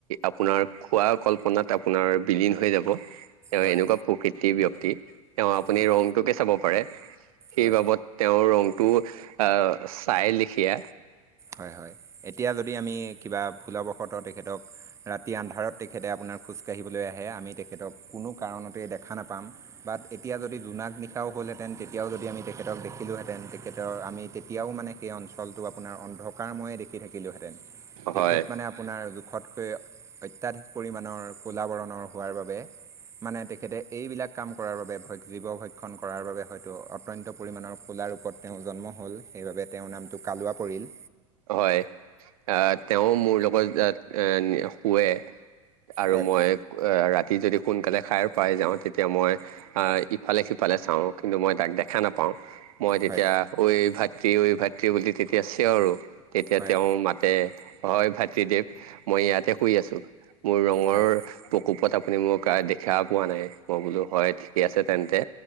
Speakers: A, on the right; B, on the right.
A: আপোনৰ খুৱাৰ কল্পনাত আপোনাৰ বিলীন হৈ যাব। তেওঁ
B: হয়
A: এনেকুৱা প্ৰকৃতিৰ ব্যয়ক্তি, তেওঁ আপুনি
B: হয়
A: ৰংটোকে চাব পাৰে। সেই
B: হয়
A: বাবদ তেওঁৰ ৰংটো আ, চাই লেখিয়া
B: হয় হয় এতিয়া যদি আমি কিবা ভুলবশতঃ তেখেতক ৰাতি আন্ধাৰত তেখেতে আপোনাৰ খোজকাঢ়িবলৈ আহে আমি তেখেতক কোনো কাৰণতে দেখা নাপাম, বাট এতিয়া যদি জোনাক নিশাও হ'ল হেতেন তেতিয়াও যদি আমি তেখেতক দেখিলোঁ হেঁতেন তেখেতৰ আমি তেতিয়াও মানে সেই অঞ্চলটো আপোনাৰ অন্ধকাৰ ময়ে দেখি থাকিলোঁ হেঁতেন তেখেত
A: হয়
B: মানে আপোনাৰ জোখতকৈ অত্যাধিক পৰিমাণৰ কলাবৰণৰ হোৱাৰ বাবে মানে তেখেতে এইবিলাক কাম কৰাৰ বাবে জীৱ ভক্ষণ কৰাৰ বাবে হয়তো অত্যন্ত পৰিমাণৰ কোলা ৰূপত তেওঁ জন্ম হ'ল সেইবাবে তেওঁৰ নামটো কালুৱা পৰিল।
A: হয়, আ তেওঁ মোৰ লগত এ শুৱে আৰু
B: হয়
A: মই আ, ৰাতি যদি সোনকালে খাই পায় যাওঁ, তেতিয়া মই ইফালে সিফালে চাওঁ কিন্তু মই তাক দেখা নাপাওঁ। মই তেতিয়া
B: হয়
A: ঐ ভাতৃ ঐ ভাতৃ বুলি তেতিয়া চিঞৰো। তেতিয়া
B: হয়
A: তেওঁ মাতে হয়, ভাতৃদেৱ মই ইয়াতে শুই আছোঁ। মোৰ ৰঙৰ
B: হয়
A: কোপত আপুনি মোক দেখা পোৱা নাই, মই বোলো হয় ঠিকে আছে তেন্তে।